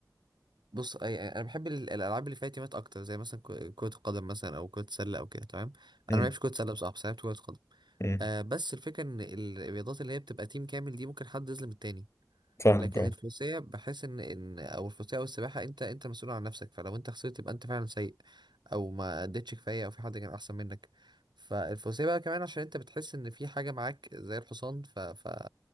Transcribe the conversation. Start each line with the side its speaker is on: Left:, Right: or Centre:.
Right: بص آه، يعني أنا بحب ال- الألعاب اللي فيها تيمات أكتر زي مثلا ك- كرة القدم مثلا أو كرة السلة أو كده تمام
Left: امم
Right: أنا ما بحبش كرة السلة بصراحة بس لعبت كرة قدم
Left: امم
Right: آه بس الفكرة إن ال- الرياضات اللي هي بتبقى تيم كامل دي ممكن حد يظلم التاني
Left: فاهمك
Right: لكن
Left: اه
Right: الفروسية بحس ان ان او الفروسية او السباحة انت انت مسؤول عن نفسك فلو انت خسرت يبقى انت فعلا سيء او ما اديتش كفاية او في حد كان احسن منك فالفروسية بقى كمان عشان انت بتحس ان في حاجة معاك زي الحصان ف, ف...